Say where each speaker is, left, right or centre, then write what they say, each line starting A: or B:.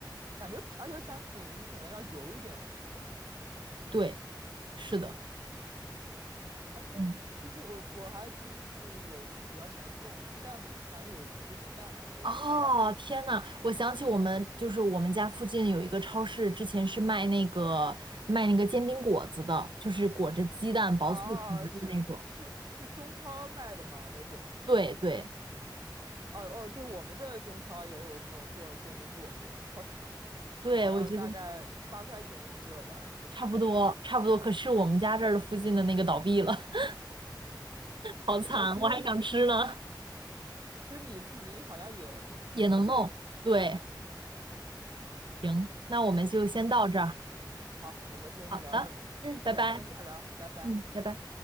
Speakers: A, on the right; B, on the right.
A: 感觉，而且擀饼你可能要油一点会比较好吃
B: <laughs> 对，是的。
A: 啊。那就是我我还就是有比较喜欢吃那种鸡蛋饼，
B: 嗯。
A: 我感觉有鸡蛋的我都挺爱吃。
B: 哦，天呐，我想起我们就是我们家附近有一个超市，之前是卖那个卖那个煎饼果子的，就是裹着鸡蛋薄脆皮儿的那种。
A: 啊，啊啊是是是中超卖的吗？那种？
B: 对对
A: 哦哦，对，我们这儿中超也有这种做煎饼果子的好巧，
B: 对，
A: 好像大概八块钱一个吧，
B: 我觉得
A: 就是这样。
B: 差不多差不多。可是我们家这儿的附近的那个倒闭了，<laughs> 好惨，
A: 这个其实
B: 我还想吃呢，
A: 其实你自己好像也能做。
B: 也能弄。对，
A: 嗯，
B: 行，那我们就先到这儿。
A: 行好，我们今天就聊到这儿，
B: 好的，嗯，拜拜，
A: 改天再聊，拜拜。
B: 嗯，拜拜。